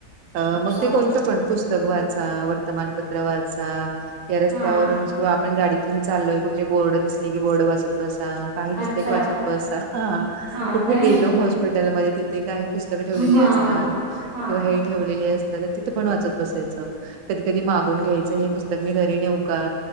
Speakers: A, on the right (about 65°); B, on the right (about 35°).
A: अ
B: अच्छा
A: मग ते कोणतं पण पुस्तक वाचा वर्तमानपत्र वाचा, या रस्त्यावरूनं
B: हा
A: आपण गाडीतून चालोय कुठले बर्ड दिसले की बोर्ड बसत बस, काही दिसलं
B: अच्छा
A: की वाचत बस
B: हा
A: कुठे
B: काय
A: गेलो हॉस्पिटलमध्ये तिथे काय, पुस्तकं ठेवलेली
B: हा
A: असतात
B: हा
A: किंवा हे ठेवलेली असतात तर तिथं पण वाचत बसायचं. कधी कधी मागून घ्यायचं हे पुस्तक मी घरी नेऊ का?